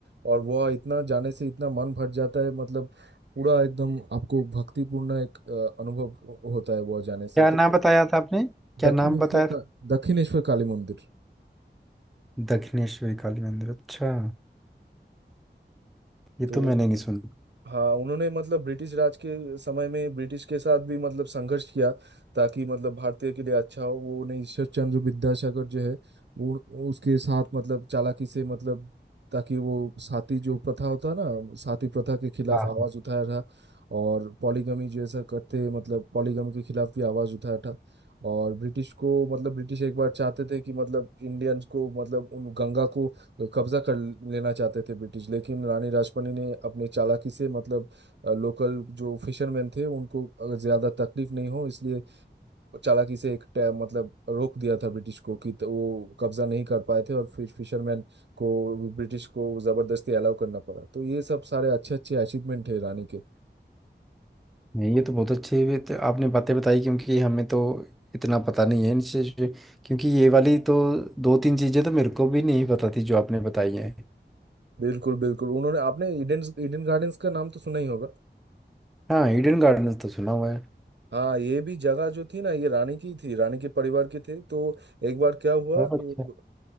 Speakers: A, on the right (about 70°); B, in the centre.
A: और वह इतना जाने से इतना मन भर जाता है मतलब पूरा एकदम आपको भक्तिपूर्ण एक अ, अनुभव हो- होता है वह जाने से
B: क्या
A: तो
B: नाम बताया था आपने क्या
A: दक्षिणेश्वर
B: नाम बताया था
A: का दक्षिणेश्वर काली मंदिर
B: दक्षिणेश्वरी काली मंदिर अच्छा ये
A: तो
B: तो मैंने नहीं सुना
A: हाँ उन्होंने मतलब ब्रिटिश राज के समय में ब्रिटिश के साथ भी मतलब संघर्ष किया ताकि मतलब भारतीय के लिए अच्छा हो वो उन्हें ईश्वर चंद्र विद्यासागर जो है वो उसके साथ मतलब चालाकी से मतलब ताकि वो साती जो प्रथा होता है ना साती प्रथा के खिलाफ
B: हाँ
A: आवाज
B: हाँ
A: उठाया था और पॉलीगमी जैसा करते मतलब पॉलीगमी के खिलाफ भी आवाज उठाया था और ब्रिटिश को मतलब ब्रिटिश एक बार चाहते थे कि मतलब इंडियंस को मतलब उन गंगा को लोग कब्जा कर लेना चाहते थे ब्रिटिश लेकिन रानी राजपनी ने अपने चालाकी से मतलब अ, लोकल जो फिशरमैन थे उनको अगर ज्यादा तकलीफ नहीं हो इसलिए वो चालाकी से एक टै- मतलब रोक दिया था ब्रिटिश को कि त- वो कब्जा नहीं कर पाए थे और फिर फिशरमैन को ब्रिटिश को जबरदस्ती अलाउ करना पड़ा तो ये सब सारे अच्छे अच्छे अचीवमेंट है रानी के
B: नहीं ये तो बहुत अच्छी ये तो आपने बातें बताई क्योंकि हमें तो इतना पता नहीं है इन चीज़ पे। क्योंकि ये वाली तो दो तीन चीज़ें तो मेरे को भी नहीं पता थी जो आपने बताई हैं
A: बिल्कुल बिल्कुल उन्होंने आपने ईडन ईडन गार्डन्स का नाम तो सुना ही होगा
B: हाँ हिडन गार्डन तो सुना हुआ है
A: हाँ ये भी जगह जो थी ना ये रानी की थी रानी के परिवार के थे तो एक बार क्या हुआ
B: ओह
A: तो
B: अच्छा